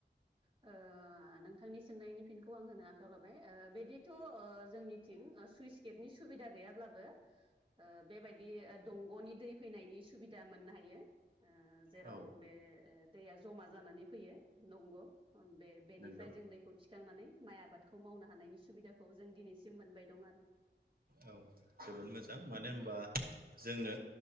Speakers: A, on the right (about 25°); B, on the right (about 55°).
A: ओ नोंथांनि सोंनायनि फिनखौ आं होनो आखायाव लाबाय ओ बिदिथ' ओ जोंनि थिं ओ सुइस गेटनि सुबिदा गैयाब्लाबो ओ बेबायदि ओ दंग'नि दै फैनायनि सुबिदा मोननो हायो। ओ जेराव
B: औ
A: बे ओ दैया जमा जानानै फैयो। नंगौ ओं बे-बेनिफ्राय
B: नंगौ
A: जों दैखौ थिखांनानै माइ आबादखौ मावनो हानायनि सुबिदाखौ जों दिनैसिम मोनबाय दं आरो।
B: औ जोबोद मोजां मानो होनबा जोंनो